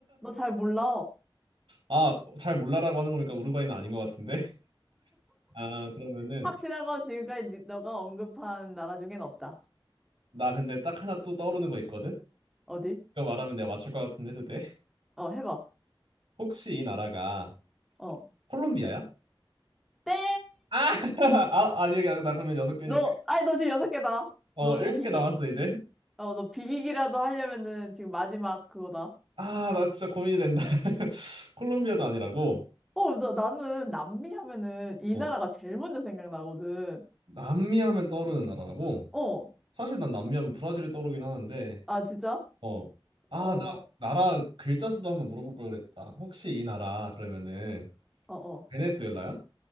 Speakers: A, in the centre; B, on the right (about 70°).
A: 잘 몰라.
B: 아, 잘 몰라라고 하는 거니까 우루과이는 아닌 것 같은데. <laughs> 아, 그러면은
A: 확실한 건 지금까지 니- 너가 언급한 나라 중엔 없다.
B: 나 근데 딱 하나 또 떠오르는 거 있거든.
A: 어디?
B: 이거 말하면 내가 맞출 것 같은데 해도 돼? <laughs>
A: 어, 해봐.
B: 혹시 이 나라가
A: 어.
B: 콜롬비아야?
A: 땡!
B: 아, <laughs> 아, 아니, 나 그러면 여섯 개니까
A: 너, 아니, 너 지금 여섯 개다.
B: 어,
A: 너
B: 일곱
A: 지금 비기,
B: 개 남았어 이제.
A: 어, 너 비기기라도 하려면은 지금 마지막 그거다.
B: 아, 나 진짜 고민이 된다. <laughs> 콜롬비아도 아니라고,
A: 어, 나, 나는 남미 하면은 이
B: 어,
A: 나라가 제일 먼저 생각나거든.
B: 남미 하면 떠오르는 나라라고.
A: 어.
B: 사실 난 남미 하면 브라질이 떠오르긴 하는데,
A: 아, 진짜?
B: 어, 아,
A: 어,
B: 나 나라 글자 수도 한번 물어볼 걸 그랬다. 혹시 이 나라 그러면은
A: 어, 어.
B: 베네수엘라야?